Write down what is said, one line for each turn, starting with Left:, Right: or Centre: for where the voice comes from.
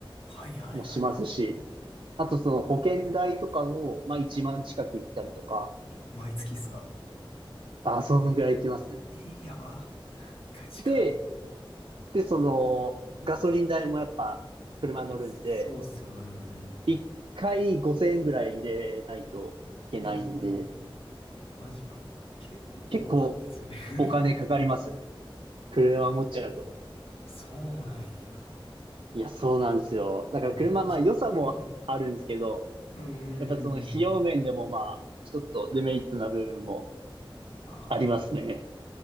Left: はいはいはい。
Right: もしますし、あとその保険代とかも、まあ1万近く行ったりとか、
Left: 毎月っすか
Right: あ、そのぐらい行きますね。
Left: えー、やば。ガチか。
Right: で、で、その、ガソリン代もやっぱ車乗るんで、
Left: いや、そうっすよね。うん。
Right: 1回5000円ぐらい入れないといけないんで、
Left: えー、マジか。結構する。
Right: 結構
Left: <laughs>
Right: お金かかりますよ。車持っちゃうと。
Left: そうなんや。
Right: いや、そうなんですよ。だから車、
Left: 難しい。
Right: まあ良さもあるんですけど、
Left: うん。うんうんうんうん。
Right: やっぱその費用面でもまあ、ちょっとデメリットな部分も
Left: ああ。
Right: ありますね。